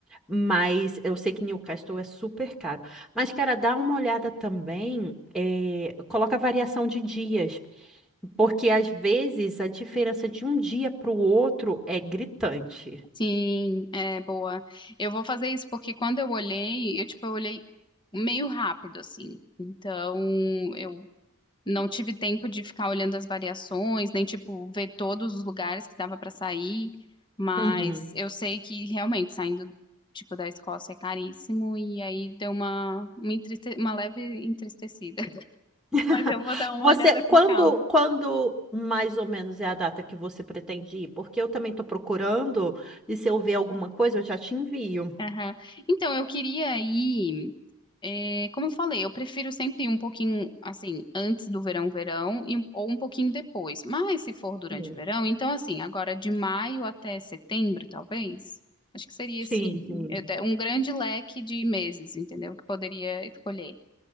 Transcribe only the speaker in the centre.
Mas eu sei que Newcastle é super caro. Mas, cara, dá uma olhada também, eh, coloca variação de dias. Porque às vezes a diferença de um dia para o outro é gritante.
Uhum.
<laughs>
Você,
quando,
quando mais ou menos é a data que você pretende ir? Porque eu também estou procurando, e se eu ver alguma coisa, eu já te envio.
Sim,
sim,
sim.